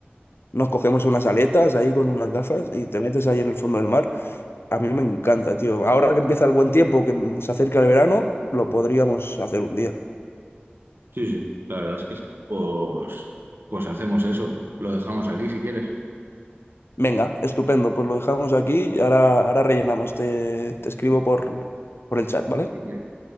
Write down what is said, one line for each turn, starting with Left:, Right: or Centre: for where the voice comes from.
Left: Nos cogemos unas aletas ahí con unas gafas y te metes ahí en el fondo del mar. A mí me encanta, tío. Ahora que empieza el buen tiempo, que se acerca el verano, lo podríamos hacer un día.
Right: Sí, sí, la verdad es que sí. Pues, pues hacemos eso. Lo dejamos aquí si quieres.
Left: Venga, estupendo, pues lo dejamos aquí y ahora, ahora rellenamos. Te, te escribo por, por el chat, ¿vale?
Right: Ok.